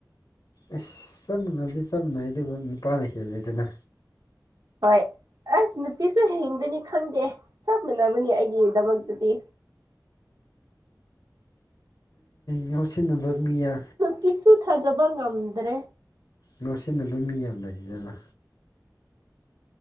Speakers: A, on the left; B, on the right.
A: ꯑꯁ ꯆꯞ ꯃꯥꯟꯅꯕꯗꯤ ꯆꯞ ꯃꯥꯟꯅꯩ ꯑꯗꯨꯕꯨ ꯅꯨꯄꯥꯅ ꯍꯦꯜꯂꯦ ꯑꯗꯨꯅ
B: ꯍꯣꯏ ꯑꯁ ꯅꯨꯄꯤꯁꯨ ꯍꯤꯡꯕꯅꯤ ꯈꯪꯗꯦ ꯆꯞ ꯃꯥꯟꯅꯕꯅꯦ ꯑꯩꯒꯤꯗꯃꯛꯇꯗꯤ
A: ꯎ ꯍꯎ ꯁꯤꯟꯅꯕ ꯃꯤꯌꯥ
B: ꯄꯤꯁꯨ ꯊꯥꯖꯕ ꯉꯝꯗ꯭ꯔꯦ
A: ꯅꯣꯠ ꯁꯤꯟꯅꯕ ꯃꯤ ꯌꯥꯝ ꯂꯩꯔꯤꯗꯅ